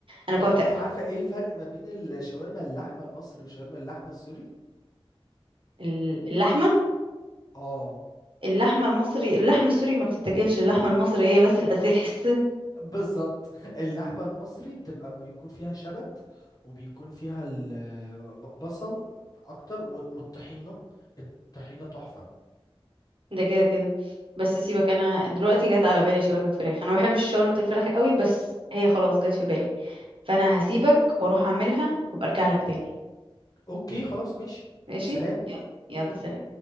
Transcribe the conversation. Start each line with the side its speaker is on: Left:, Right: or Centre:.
Right: انا
Left: طب
Right: جوعت
Left: انت
Right: قوي
Left: عارفة ايه الفرق ما بين الشاورما اللحمة المصري وشاورما اللحمة السوري؟
Right: ال- اللحمة
Left: اه
Right: اللحمة المصري اللحمة السوري ما بتتاكلش اللحمة المصرية بس الاساس
Left: بالظبط اللحمة المصري بتبقى ما يكون فيها شبت وبيكون فيها البصل اكتر و- والطحينة الطحينة تحفة
Right: ده كده كده بس سيبك انا دلوقتي جت على بالي شاورما فراخ انا ما بحبش شاورما الفراخ قوي بس هي خلاص جت في بالي فانا هسيبك واروح اعملها وابقى ارجع لك تاني
Left: اوكي خلاص ماشي
Right: ماشي
Left: سلام
Right: يلا يلا سلام